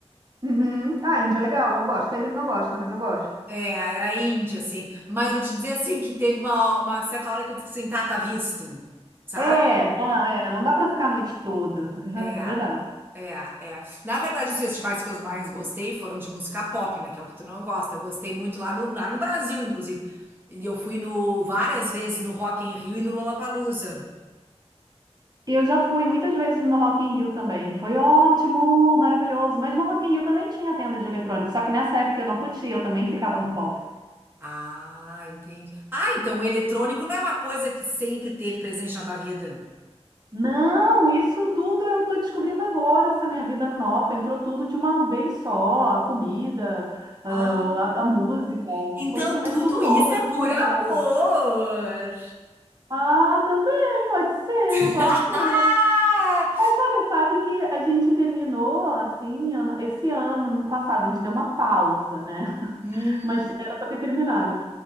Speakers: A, on the right; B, on the right.
A: Uhum. Ah, Índia é legal, eu gosto. Ele não gosta, mas eu gosto.
B: É, era índia, assim. Mas vou te dizer, assim, que teve uma, uma certa hora que eu disse assim, tá, tá visto, sabe?
A: É, não, é, não dá pra ficar a noite toda, <laughs>
B: É,
A: é verdade.
B: é, é. Na verdade, os festivais que eu mais gostei foram de música pop, né? Que é o que tu não gosta. Eu gostei muito lá no, lá no Brasil, inclusive. E eu fui no, várias vezes no Rock in Rio e no Lollapalooza.
A: Eu já fui muitas vezes no Rock in Rio também, foi ótimo, maravilhoso, mas no Rock in Rio também tinha tenda de eletrônico, só que nessa época eu não curtia, eu também ficava no pop.
B: Ah, entendi. Ah, então o eletrônico não é uma coisa que sempre teve presente na tua vida?
A: Não, isso tudo eu tô descobrindo agora, essa minha vida nova, entrou tudo de uma vez só, a comida, ah,
B: Ah,
A: a, a música,
B: então
A: foi tu-
B: tudo
A: é tudo novo,
B: isso
A: é
B: é
A: tudo
B: por
A: novidade.
B: amor.
A: Ah, também, pode ser,
B: <laughs>
A: pode ser. Mas olha, sabe que a gente terminou assim, ano- esse ano, ano passado, a gente deu uma pausa, né? <laughs>
B: Hum,
A: Mas era pra ter terminado.